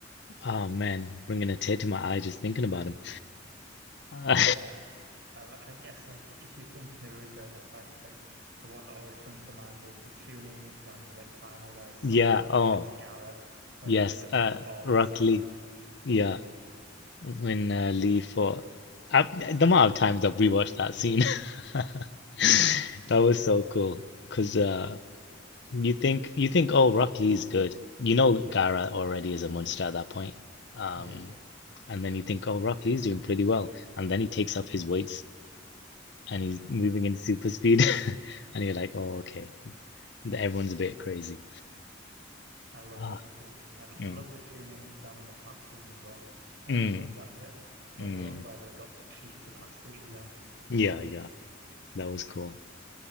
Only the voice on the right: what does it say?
like that. Um, I guess like if you think Naruto and a fight, like the one that always comes to mind is the Chunin exams like final where
Sasuke
fights Gaara when
he's like
in the ball
of sand.
Yeah.
It's
yeah.
<laughs>
I love
that scene. I, I
love the Chunin exam in the classroom as well. I
always love that bit where
they where they've got to cheat to pass the exam.